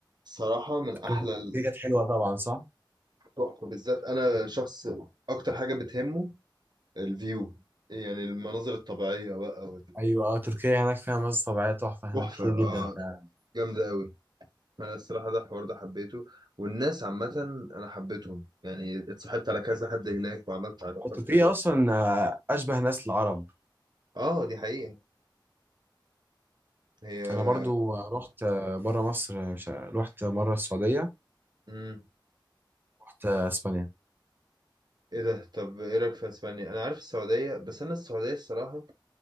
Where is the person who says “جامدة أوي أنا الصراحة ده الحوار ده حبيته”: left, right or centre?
Right